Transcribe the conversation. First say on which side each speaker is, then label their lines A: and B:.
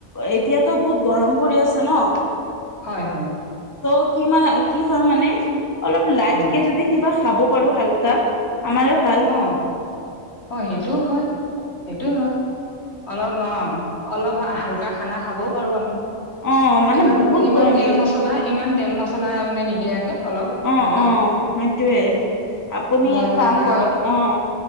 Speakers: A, on the left; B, on the left.
A: এতিয়াতো বহুত গৰম পৰি আছে ন
B: হয় হয়
A: ত' কি মানে কি হয় মানে অলপ লাইট
B: অ
A: কেে যদি কিবা খাব পাৰো হালকা আমাৰে ভাল
B: অ অ সেইটোও হয় সেইটো হয় অলপ অ অলপ হালকা খানা খাবও পাৰোঁ আমি
A: অ', মানে
B: ইমান
A: বহুত
B: ইমান
A: গৰম
B: তেল
A: এই
B: মছলা ইমান তেল মছলা মানে নিদিয়াকে অলপ
A: অ
B: ধৰি লওক
A: অ সেইটোয়ে আপুনি
B: বইল
A: এক কাম
B: খানা
A: কৰক অ